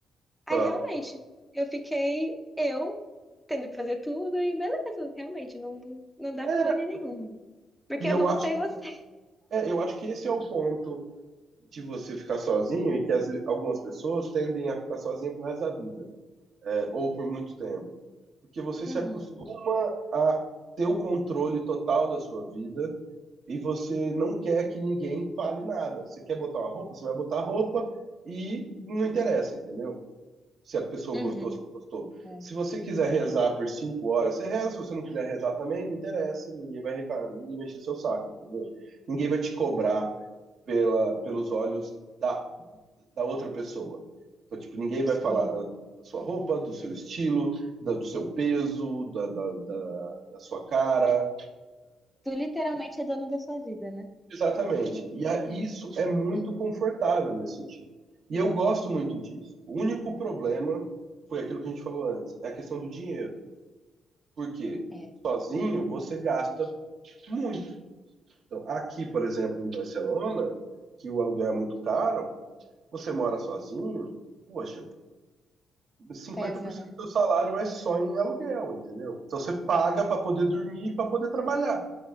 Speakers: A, in the centre; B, on the right.
A: Aí,
B: tá.
A: realmente, eu fiquei eu tendo que fazer tudo e beleza, realmente, não, não dá
B: É,
A: pane nenhuma. Porque
B: e
A: é
B: eu
A: você
B: acho,
A: e você.
B: é, eu acho que esse é o ponto de você ficar sozinho e que as, algumas pessoas tendem a ficar sozinha pro resto da vida, é, ou por muito tempo. Porque você
A: Uhum,
B: se acostuma a ter o controle total da sua vida e você não quer que ninguém fale nada. Você quer botar uma roupa, você vai botar a roupa e não interessa, entendeu? se a pessoa
A: uhum.
B: gostou, se não gostou.
A: É,
B: Se você quiser rezar por cinco horas, você reza. Se você não quiser rezar também, não interessa. Ninguém vai reclamar, ninguém vai encher seu saco, entendeu? Ninguém vai te cobrar pela, pelos olhos da, da outra pessoa. Então, tipo, ninguém vai
A: sim.
B: falar da, da sua roupa, do seu estilo, da, do seu peso, da, da, da, da sua cara.
A: Tu literalmente é dono da sua vida, né?
B: Exatamente.
A: Simplesmente
B: E a, isso
A: isso.
B: é muito confortável nesse sentido. E eu gosto muito disso. O único problema foi aquilo que a gente falou antes, é a questão do dinheiro. Porque
A: É,
B: sozinho você gasta muito. Então, aqui, por exemplo, em Barcelona, que o aluguel é muito caro, você mora sozinho, poxa, 50%
A: pesa, né?
B: do seu salário vai só em aluguel, entendeu? Então você paga para poder dormir e para poder trabalhar.